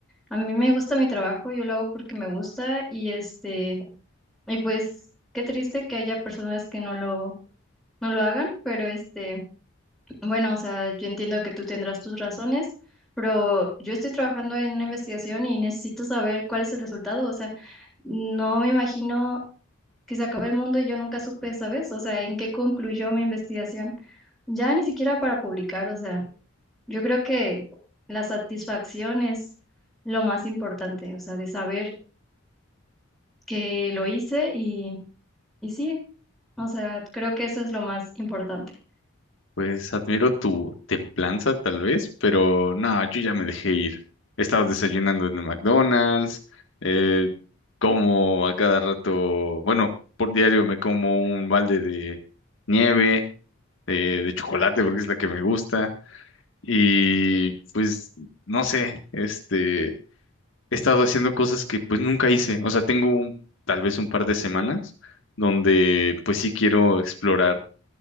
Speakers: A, in the centre; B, on the left.
A: a mí me gusta mi trabajo, yo lo hago porque me gusta y este, y pues qué triste que haya personas que no lo no lo hagan, pero este, bueno, o sea, yo entiendo que tú tendrás tus razones. Pero yo estoy trabajando en una investigación y necesito saber cuál es el resultado. O sea, no me imagino que se acabe el mundo y yo nunca supe, ¿sabes? O sea, en qué concluyó mi investigación. Ya ni siquiera para publicar, o sea, yo creo que la satisfacción es lo más importante, o sea, de saber que lo hice y, y sí, o sea, creo que eso es lo más importante.
B: Pues admiro tu templanza tal vez, pero no, yo ya me dejé ir. He estado desayunando en el McDonald's, eh, como a cada rato, bueno, por diario me como un balde de nieve, de, de chocolate porque es la que me gusta. Y pues, no sé, este, he estado haciendo cosas que pues nunca hice. O sea, tengo un- tal vez un par de semanas donde pues sí quiero explorar